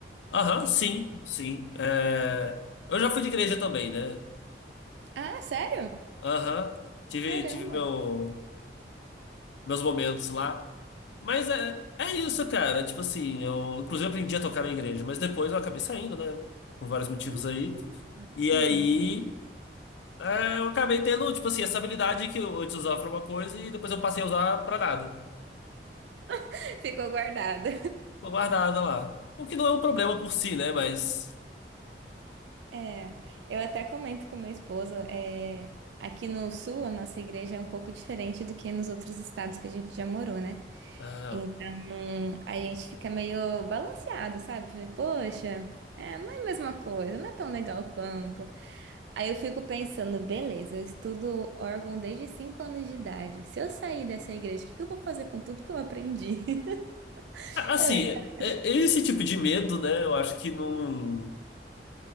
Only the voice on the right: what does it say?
Ah, sério?
Caramba.
Hum,
uhum.
<laughs> Ficou guardado.
É, eu até comento com meu esposo, é, aqui no sul a nossa igreja é um pouco diferente do que nos outros estados que a gente já morou, né?
Então, a gente fica meio balanceado, sabe? Falei, poxa, é, não é a mesma coisa, não é tão legal quanto. Aí eu fico pensando, beleza, eu estudo órgão desde 5 anos de idade. Se eu sair dessa igreja, o que que eu vou fazer com tudo que eu aprendi? <laughs>
Eu fico,